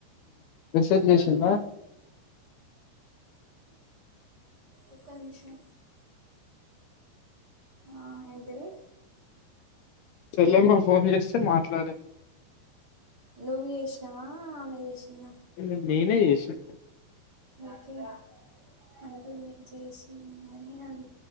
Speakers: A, on the left; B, on the right.
A: మెసేజ్
B: అగగొ
A: చేసిందా
B: ఒక్క నిమిషం ఆ ఏంతిది
A: చెల్లమ్మ ఫోన్ చేస్తే మాట్లాడిన్
B: నువ్వు చేసినావా ఆమె చేసిందా
A: ఎందుకు నేనే చేసినా
B: ఓకే అంటుంది చేసింది అని అంట